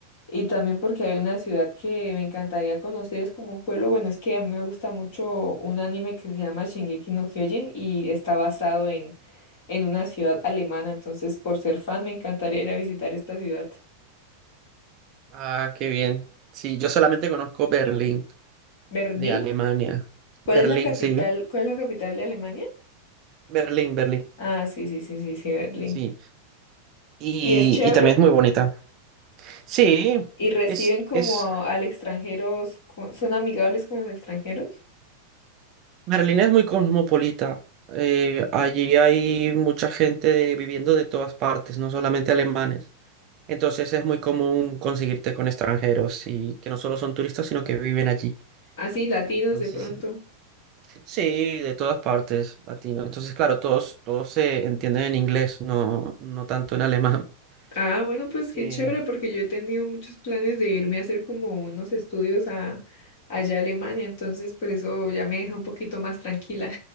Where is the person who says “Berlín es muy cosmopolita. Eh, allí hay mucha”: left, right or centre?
Right